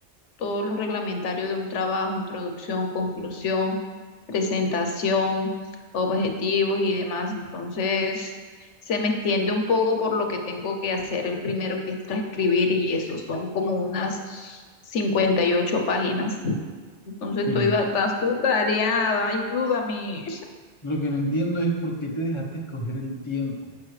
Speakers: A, on the left (about 85°); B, on the left (about 25°).
A: todo lo reglamentario de un trabajo, introducción, conclusión, presentación, objetivos y demás. Entonces, se me extiende un poco por lo que tengo que hacer el primero, que es transcribir, y eso son como unas 58 páginas. Entonces, estoy
B: eh,
A: bastante atareada, ayúdame.
B: Lo que no entiendo es por qué te dejaste escoger el tiempo.